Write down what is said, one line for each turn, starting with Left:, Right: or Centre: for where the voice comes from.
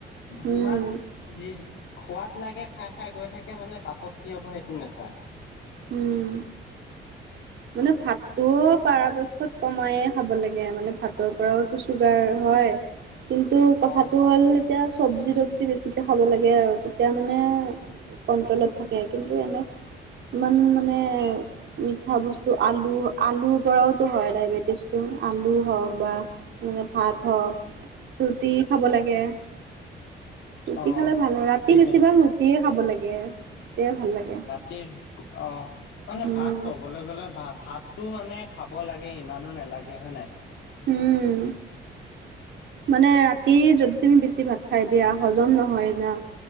Left: যিমান
Right: উম,
Left: - যি খোৱাত লাগে খাই খাই গৈ থাকে মানে পাছত কি হ'ব সেইটো নাচাই -
Right: উম, মানে ভাতটো পৰাপক্ষত কমায়েখাব লাগে মানে ভাতৰ পৰাও - চুগাৰ হয় কিন্তু কথাটো
Left: অ',
Right: হ'ল - তেতিয়া চব্জি তবজি বেছিকে খাব লাগে আৰু তেতিয়া মানে - কন্ট্ৰলত থাকে কিন্তু এনে ইমান মানে - মাঠা বস্তু, আলু আলুৰ পৰাওতো হয় ডায়বেটিছটো - আলু হওক, বা এনেকে ভাত হওক, ৰুটি খাব লাগে। ৰুটি
Left: অ',
Right: খালে ভাল, ৰাতি
Left: ঠিকে
Right: বেছিভাগ ৰুটিয়ে খাব লাগে তেতিয়াই ভাল লাগে।
Left: তে, অ মানে
Right: উম
Left: ভাত কবলৈ গ'লে ভা ভাত - টো মানে খাব লাগে ইমানো নালাগে হয় নাই।
Right: উম, মানে ৰাতি যদি তুমি বেছি ভাত খাই দিয়া হজম নহয় না।